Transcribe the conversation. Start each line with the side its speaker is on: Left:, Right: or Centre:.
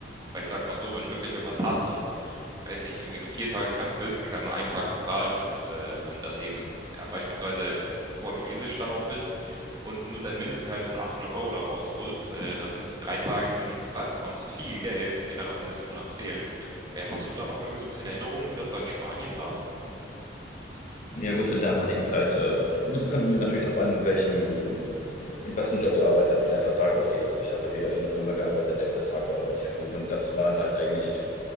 Right: Weil ich sag mal so, wenn du wirklich irgendwas hast und ich weiß nicht, irgendwie nur vier Tage krank bist, kriegst halt nur einen Tag bezahlt und äh, wenn du dann eben ja, beispielsweise portugiesisch dann auch bist und nur dein Mindestgehalt von 800 Euro da rausholst, äh, da sind drei Tage, die du nicht bezahlt bekommst, viel Geld, die dann am Ende des Monats fehlen. Äh, hast du da noch irgendwie so ein bisschen Erinnerung, wie das da in Spanien war?
Left: Ja, gut, zur damaligen Zeit. Äh, gut, es kommt immer natürlich darauf an, in welchem, in, in, in was für einem Job du arbeitest, wie dein Vertrag aussieht. Also ich habe halt wieder für eine Firma gearbeitet, der Vertrag war relativ gut und das waren halt eigentlich